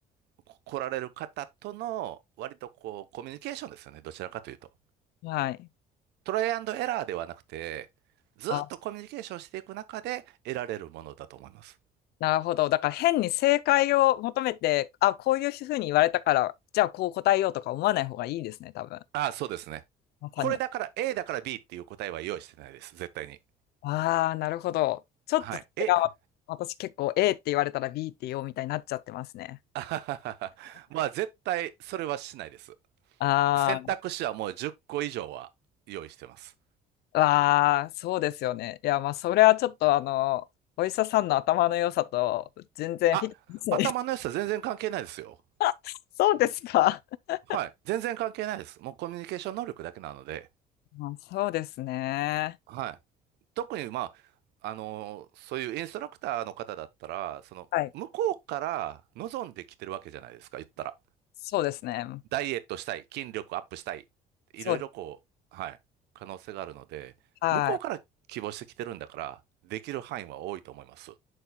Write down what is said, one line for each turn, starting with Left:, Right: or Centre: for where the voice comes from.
Right: こ来られる方との割とこうコミュニケーションですよね。どちらかというと。
Left: はい。
Right: トライアンドエラーではなくて、ずっとコミュニケーションしていく中で得られるものだと思います。
Left: あ、なるほど。だから変に正解を求めて、あ、こういうふうに言われたから、じゃあこう答えようとか思わない方がいいですね、多分。
Right: ああ、そうですね。
Left: まさに。
Right: これだから A だから B っていう答えは用意してないです。絶対に。
Left: ああ、なるほど。ちょっとそれが私結構
Right: はい。え、<laughs>
Left: A って言われたら B って言おうみたいになっちゃってますね。
Right: あははははまあ絶対それはしないです。
Left: あ
Right: 選択肢はもう10個以上は用意してます。
Left: あ、わあ、そうですよね。いや、まあ、それはちょっとあの、お医者さんの頭の良さと全然フィットしないですね。
Right: あ、頭の良さ全然関係ないですよ。
Left: <laughs> そうですか。<laughs>
Right: はい。全然関係ないです。もうコミュニケーション能力だけなので、
Left: まあそうですね。
Right: はい。特に、まあ、あの、そういうインストラクターの方だったら、その、
Left: はい。
Right: 向こうから望んできてるわけじゃないですか、言ったら。
Left: そうですね。
Right: ダイエットしたい、筋力アップしたい、いろいろこう、
Left: そう、
Right: はい、可能性があるので、
Left: はい。
Right: 向こうから希望してきてるんだから、できる範囲は多いと思います。